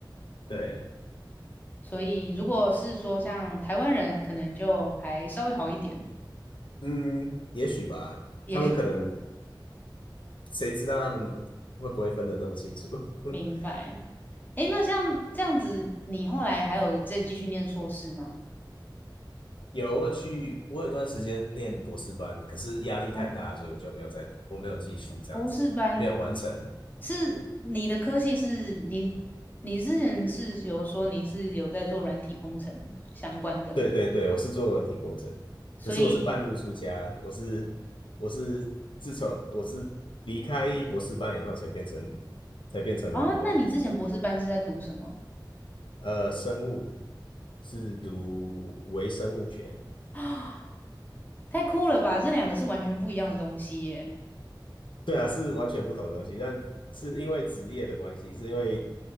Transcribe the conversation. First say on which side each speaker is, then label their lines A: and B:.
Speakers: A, on the left; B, on the left.
A: 对，
B: 所以如果是说像台湾人，可能就还稍微好一点，
A: 嗯，也许吧，
B: 也
A: 他们可能谁知道他们会不会分得那么清楚？<laughs>
B: <laughs> 明白。哎，那像这样子，你后来还有再继续念硕士吗？
A: 有，我有去，我有一段时间念博士班，可是压力太大，
B: 哦，
A: 所以我就没有再，我没有继续这样子，
B: 博士班，
A: 没有完成。
B: 是你的科系是你，你之前是有说你是有在做软体工程相关的工作
A: 对对对，我是做软体工程，
B: 所以
A: 可是我是半路出家，我是我是自从我是离开博士班以后才变成才变成软体工程师，
B: 啊，那你之前博士班是在读什么
A: 呃，生物是读微生物学，
B: 啊？太酷了吧！这两个是完全不一样的东西耶。
A: 对啊，是完全不同的东西，但是因为职业的关系，是因为